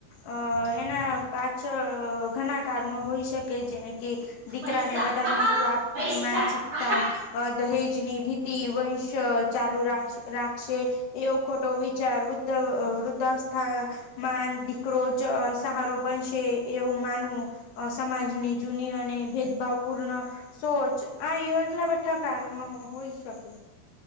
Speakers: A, on the left (about 85°); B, on the right (about 40°).
A: અ એના પાછળ ઘણા કારણો હોઈ શકે જેને કે દીકરાને
B: પૈસા
A: વધારે
B: આહા
A: મહત્વ આપતી
B: પૈસા
A: માનસિક
B: આહા
A: તા આ દહેજની ભીતિ વંશ ચાલુ રસ રાખ છે એવો ખોટો વિચાર વૃદ્ધ વ વ વૃદ્ધવસ્થા માન દીકરો જ સહારો બનશે એવું માનવું અ સમાજની જૂની અને ભેદભાવ પૂર્ણ સોચ આ યોજના બેઠા કારણો હોઈ શકે.